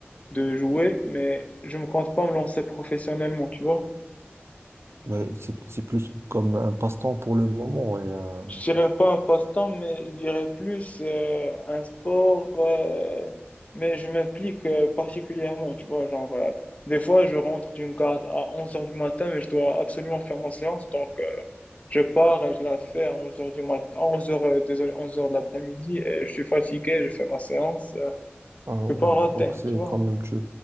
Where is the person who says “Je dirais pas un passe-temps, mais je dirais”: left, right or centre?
Left